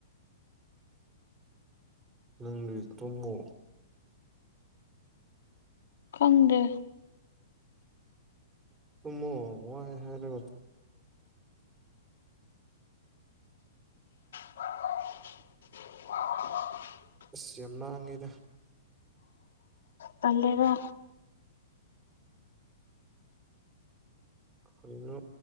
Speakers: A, on the right; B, on the left.
A: ꯅꯪꯒꯤ ꯭ꯔꯣꯃ
B: ꯈꯪꯗꯦ
A: ꯃ ꯃ ꯍꯦꯊ ꯊ
B: <inaudible>
A: ꯑꯁ ꯌꯥꯝ ꯂꯥꯡꯉꯤꯗ
B: ꯇꯜꯂꯦꯒ
A: ꯀꯜꯂ